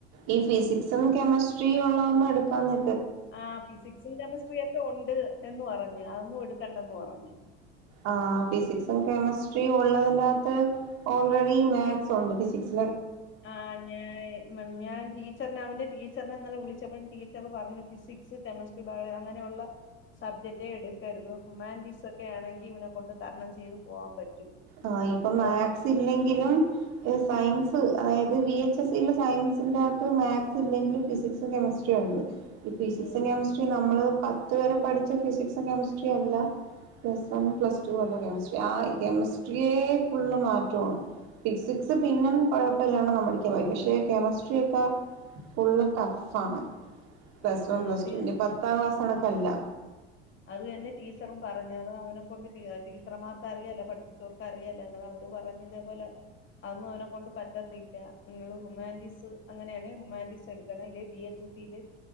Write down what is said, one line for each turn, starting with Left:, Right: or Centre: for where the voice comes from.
Right: ഈ ഫിസിക്സും കെമിസ്ട്രിയും ഉള്ള ഒന്നു എട് ക്കന്ന്
Left: ആ ഫിസിക്സും കെമിസ്ട്രിയൊക്കെ ഉണ്ട് എന്ന് പറഞ്ഞ് അതന്നും എടുത്ത് കണ്ട പോവാന്നെ
Right: ആ ഫിസിക്സും കെമസ്ട്രിയ ഉള്ളതിനകത്ത് ഓൾറെഡി മാത്സ് ഉണ്ട് ഫിസിക്സ്
Left: ആഹ ഞാൻ ഞാൻ ടീച്ചറിനെ അവന്റെ ടീ ടീച്ചറിനെന്നല്ലെ വിളിച്ചപ്പോഴും ടീച്ചർ പറഞ്ഞു ഫിസിക്സ് കെമിസ്ട്രി ബയോ അങ്ങനെയുള്ള സബ്ജെക്എടുക്കരുത് ഹുമാൻറ്റീസ് ഒക്കെ ആണെങ്കിൽ ഇവൻ കൊണ്ട് തരണം ചെയ്ത് പോകാൻ പറ്റും
Right: ആ ഇപ്പൊ
Left: അതൊക്കെ
Right: മാത്സ് ഇല്ലെങ്കിലും സയൻസ് അതായത് ബി എച്ച് എസില് സയൻസിന്റെറ അകത്ത് മാക്സ് ഇല്ലെങ്കിലും ഫിസിക്സും കെമിസ്ട്രിയും ഉണ്ട് ഈ ഫിസിക്സും
Left: ഉം
Right: കെമിസ്ട്രിം നമ്മൾ പത്ത് വരെ പഠിച്ച ഫിസിക്സും കെമിസ്ട്രിയ അല്ല പ്ല വൺ പ്ലസ്
Left: ഉം
Right: ടു വല്ല കെമിസ്ട്രി ആ ഈ കെമിസ്ട്രി സ്ട്രിയെ ഫുള്ള് മാറ്റ്യോണ് ഫിസിക്സ് പിന്നെം കുഴപ്പമില്ലാണ്ട് നമ്മടിക്കാൻ <unintelligible> പക്ഷെ കെമിസ്ട്രിയക്കെ ഫുള്ള് ടഫ്ഫ്ആണ് പ്ലസ്
Left: ഉം
Right: വൺ പ്ലസ്
Left: അവര്
Right: ടു ഇനിപത്താം ക്ലാസ് കണക്കല്ല
Left: അത് തന്നെ ടീച്ചറും പറഞ്ഞത് അവനെ കൊണ്ട് ടീച്ചർമാർക്ക് അറിയല്ല പഠപ്പിച്ചവർക്ക് അറിയല്ല എന്ന അവര് പറഞ്ഞു ഇതെ പോലെ അന്നും അവനെ കൊണ്ട് പറ്റത്തില്ല നിങ്ങള് ഹ്യുമാറ്റീസ് അങ്ങനെയാണെ ഹ്യുമാനിറ്റീസ് എടുക്കണം ഇല്ലെ വി എച്ച് എസ് സില്